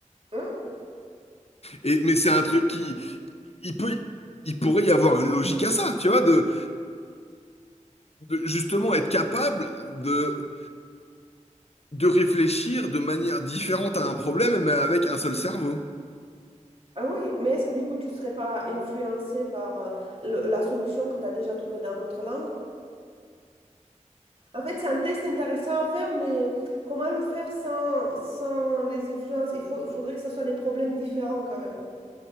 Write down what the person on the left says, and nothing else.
Et, mais c'est un truc qui, il peut, il pourrait y avoir une logique à ça, tu vois, de, de justement être capable de, de réfléchir de manière différente à un problème, mais avec un seul cerveau.